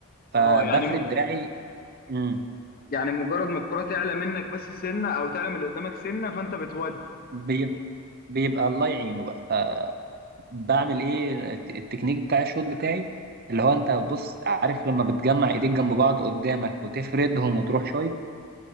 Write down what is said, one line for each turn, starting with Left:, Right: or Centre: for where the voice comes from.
Right: فبفرد
Left: اه يعني
Right: دراعي امم
Left: يعني مجرد ما الكرة تعلى منك بس سنة او تعلى من اللي قدامك سنة فانت بتودي
Right: بيب- بيبقى الله يعينه بقى فبعمل ايه الت- التكنيك بتاع الشوط بتاعي اللي هو انت بص عارف لما بتجمع ايديك جنب بعض قدامك وتفردهم وتروح شايط